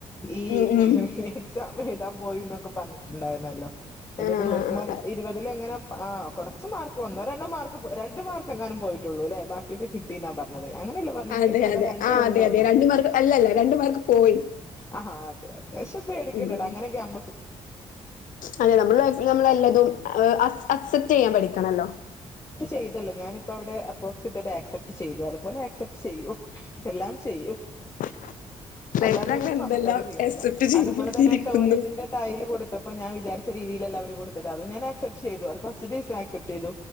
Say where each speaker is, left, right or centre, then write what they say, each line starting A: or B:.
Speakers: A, on the left; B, on the left.
A: ഈ
B: ഉം ഉം
A: എക്സാം എഴുതാൻ പോയിന്നൊക്ക ിണ്ടരുന്ന
B: ആഹ്
A: നോക്ക്പ ഇരുപതില് നെ ആ കുറച്ച് മാർക്ക് വന്നോ ര മാർക്ക് രണ്ട് മാർക്ക് എങ്ങാനും പോയിട്ടുള്ളൂ അല്ലേ ബാക്കിൊക്കെ കിട്ടിന്നാ പറഞ്ഞത് അതെ അങ്ങനെയല്ല പറഞ്ഞിേ
B: അതെ
A: അത
B: അതെ
A: രണ്ടേ
B: ആ
A: ഉള്ളുന്നോ
B: അതെ അതെ രണ്ട് മാർക്ക് അല്ലല്ല രണ്ട് മാർക്ക് പോയി
A: ആഹ അഹാ
B: ഉം അതെ നമ്മൾ നമ്മൾ എല്ലാതും അക്സെപ്റ്റ് ചെയ്യാൻ പ
A: ചെയ്തല്ല ഞാനിപ്പോ അവിടെ അ്രോക്സി അ ആക്സെപ്റ്റ് ചെയ്തു അതുപോലെ ആക്സെപ്റ്റ് ചെയ്യും എല്ലാം ചെയ്യും
B: <inaudible> ലൈഫിലങ്ങനെ
A: അല്ലാതൊന്നും
B: എന്തെല്ലാം
A: നമുക്ക്ിവിടെ ചെയ്യാനില്ല
B: അക്സെപ്റ്റ് ചെയ്തിരിക്കുന്നു
A: അതുപോലെ തന്നെ ടോയ്ലറ്റിന്റെ ടൈൽ കൊടു അപ്പപ്പോ ഞാ വിചരിച്ച രീതിയിലല്ല അവര് കൊടുത്തത് അ ഞൻ ആക്സെ് ചെയ്ത് ം ആക്സെപ്റ്റ് ചെയ്തു